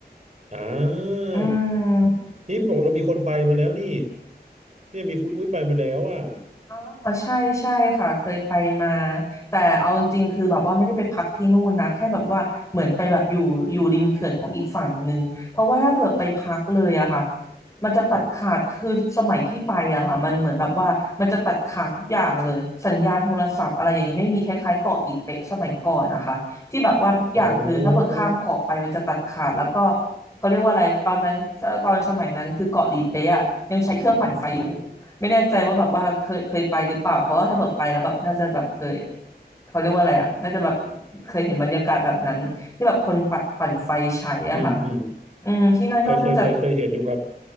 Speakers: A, on the right; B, on the left.
A: อ่า
B: อืม
A: นี่บอกเรามีคนไปมาแล้วนี่เนี่ยมีคุณอุ้ยไปมาแล้วอ่ะ
B: อ๋อใช่ใช่ค่ะเคยไปมาแต่เอาจริงๆคือแบบว่าไม่ได้ไปพักที่นู่นนะแค่แบบว่าเหมือนไปแบบอยู่อยู่ริมเขื่อนของอีกฝั่งหนึ่งเพราะว่าถ้าเผื่อไปพักเลยอะค่ะมันจะตัดขาดคือสมัยที่ไปอะค่ะมันเหมือนแบบว่ามันจะตัดขาดทุกอย่างเลยสัญญาณโทรศัพท์อะไรอย่างเงี้ยไม่มีคล้ายๆเกาะหลีเป๊ะสมัยก่อนนะคะที่แบบว่าทุกอย่างคือถ้าเบิกข้ามเกาะไปมันจะตัดขาดแล้วก็
A: ครับอ๋อ
B: เขาเรียกว่าอะไรตอนนั้นตอนสมัยนั้นคือเกาะหลีเป๊ะอะยังใช้เครื่องปั่นไฟอยู่ ไม่แน่ใจว่าแบบว่าเคยเคยไปหรือเปล่าเพราะว่าถ้าแบบไปแล้วแบบน่าจะแบบเคยเขาเรียกว่าอะไรอ่ะน่าจะแบบเคยเห็นบรรยากาศแบบนั้นที่แบบคนปัดปั่นไฟใช้อ่ะค่ะ
A: อืมอืม
B: อืมที่นั่นก็น่าจะ
A: เคยเคยเคยเคยเห็นอยู่ครับ